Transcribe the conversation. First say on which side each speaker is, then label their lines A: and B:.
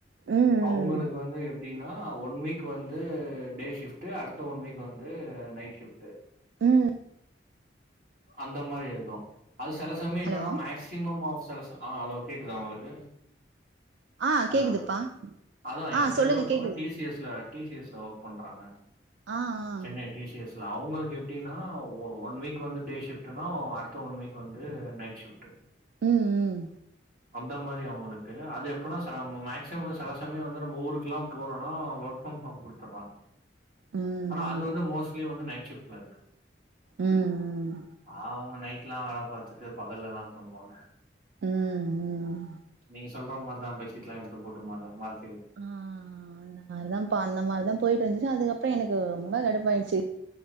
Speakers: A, on the right; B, on the right.
A: ம்
B: அவுங்களுக்கு
A: ம்
B: வந்து எப்டின்னா ஒன் வீக் வந்து டே ஷிஃப்டு அடுத்த ஒன் வீக் வந்து நைட் ஷிஃப்டு
A: ம்
B: அந்த மாரி இருக்கு அது சில சமயோ என்னன்னா
A: ஹலோ
B: மேக்சிமம் ஆஃப் அ ஹலோ கேக்குதா உங்களுக்கு
A: ஆ
B: ஹலோ
A: கேக்குதுப்பா
B: அதா
A: ஆ
B: என் ப்ரெண்ட்
A: சொல்லுங்க
B: ஒருத்தவங்க
A: கேக்குது
B: டி. சி. எஸ்ல டி சி எஸ்ல ஒர்க் பண்றாங்க
A: ஆ ஆ
B: சென்னை டி சி எஸ்ல அவுங்களுக்கு எப் எப்டின்னா ஒ ஒன் வீக் வந்து டே ஷி ஷிஃப்ட்டுன்னா அடுத்த ஒன் வீக் வந்து நைட் ஷிஃப்ட்டு
A: ம் ம்
B: அந்த மாரி அவுங்களுக்கு அது எப்டினா ச மேக்சிமம் வந்து சில சமயோ வந்து நம்ம ஊருக்குயெல்லாம் போறோனா ஒர்க் ஃப்ரம் ஹோம் குடுத்துர்றாங்க
A: ம் ம்
B: ஆனா அது வந்து மோஸ்லி வந்து நைட் ஷிஃப்ட்ல இருக்கு
A: ம் ம் ம்
B: பாவோ அவுங்க நைட் எல்லா வேல பாத்துட்டு பகல்லதா தூங்குவாங்க
A: ம் ம்
B: நீங்கஸ் சொல்ற மாரிதா பெட்ஷீட் எல்லா எடுத்து போட்டு மர்றா மர்
A: ஆ அதுதா அதுதாம்பா அந்த மாரிதாம் போயிட் இருந்துச்சு அதுக்கப்புறோ எனக்கு ரொம் ரொம்ப கடுப்பாயிருச்சு